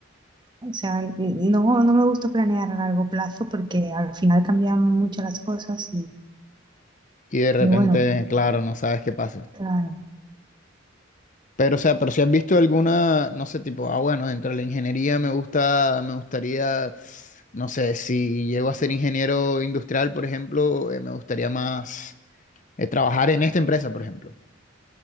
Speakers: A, on the right; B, on the left.
A: O sea, no, no me gusta planear a largo plazo porque al final cambian mucho las cosas y,
B: y de repente,
A: y bueno,
B: claro, no sabes qué pasa.
A: claro.
B: Pero, o sea, pero si has visto alguna, no sé, tipo, ah, bueno, dentro de la ingeniería me gusta, me gustaría, no sé, si llego a ser ingeniero industrial, por ejemplo, eh, me gustaría más eh, trabajar en esta empresa, por ejemplo,